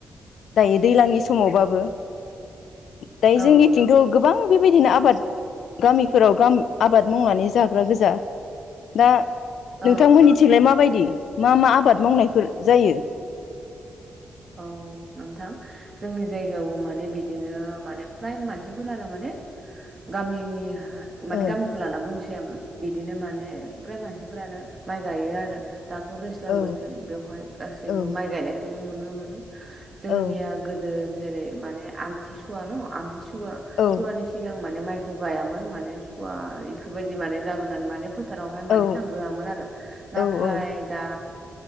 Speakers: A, on the left; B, on the right.
A: दायो दैलांनि समावबाबो दायो
B: औ
A: जोंनिथिंथ' गोबां बेबायदिनो आबाद गामिफोराव आबाद मावनानै जाग्रा गोजा दा
B: औ
A: नोंथांमोननि फथिगलाय माबायदि मा मा आबाद मावनायफोर जायो।
B: औ नोंथां। जोंनि जायगायावबो माने बिदिनो माने फ्राय मानसिफोर आरो माने गामिनि माने
A: ओ
B: गामिखौ लाना बुंनोसै आङो बिदिनो माने फ्राय मानसिफोरानो माइ गायो आरो दाथ' दैज्लां
A: औ
B: बोथोर बेवहाय गासैबो
A: औ
B: माइ गायनायखौ नुनो मोनो जोंनिया
A: औ
B: गोदो जेरै माने आमथिसुवा न' आमथिसुवा
A: औ
B: सुवानि सिगां आ माने माइखौ गायामोन माने सु बेफोरबायदि माने जागोन होननानै मानो। फोथारावहाय माने
A: औ
B: थांग्रोआममोन आरो नाथाय
A: औ औ
B: दा